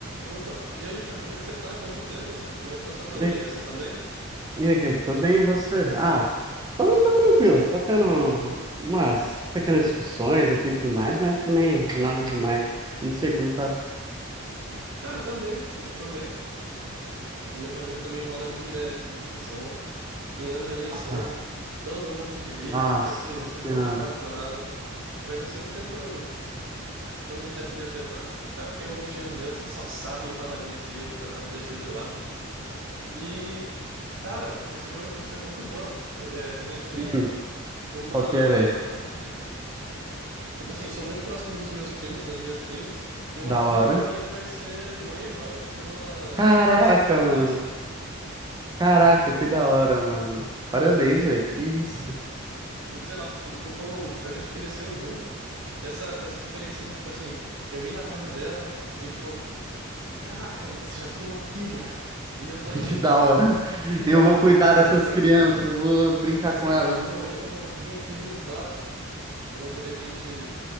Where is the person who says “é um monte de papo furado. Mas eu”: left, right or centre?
Right